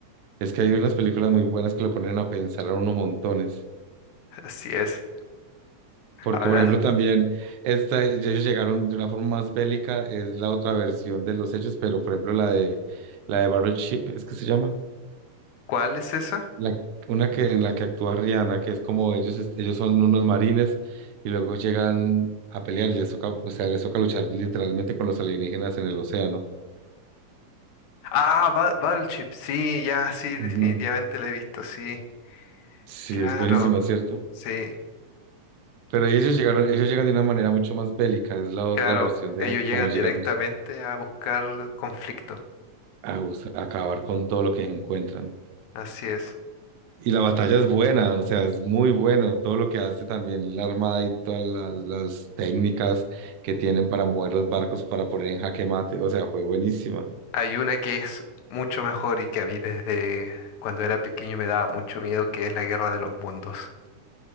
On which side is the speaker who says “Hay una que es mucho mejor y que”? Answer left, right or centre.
Left